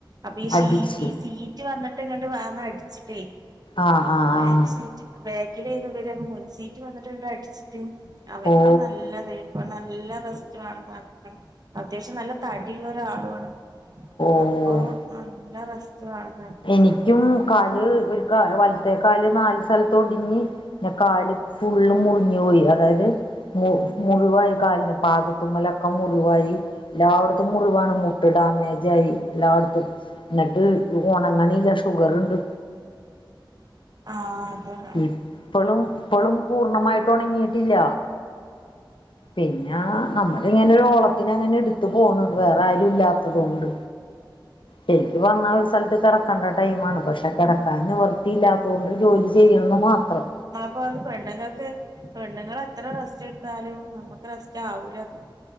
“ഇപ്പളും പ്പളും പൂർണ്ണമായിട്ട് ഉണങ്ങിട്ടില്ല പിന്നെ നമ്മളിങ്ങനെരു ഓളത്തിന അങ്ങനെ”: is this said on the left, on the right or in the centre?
Left